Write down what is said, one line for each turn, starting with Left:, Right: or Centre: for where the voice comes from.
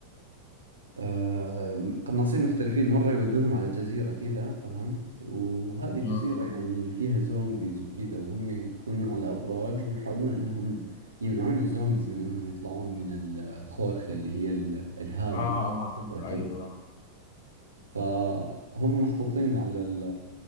Right: آه، قناصين محترفين مرة يودوهم على جزيرة كذا فهمت وهذه الجزيرة
Left: اه اه
Right: يعني فيها زومبيز وكذا وهم يكونون على أبراج ويحاولون أنهم يمنعون الزومبيز من أنهم يطلعون من الخورخة اللي هي ال- الهاوية
Left: اه اه آه،
Right: الحفرة
Left: ايوه
Right: كذا
Left: ايوه آه.
Right: فهم محطوطين على ال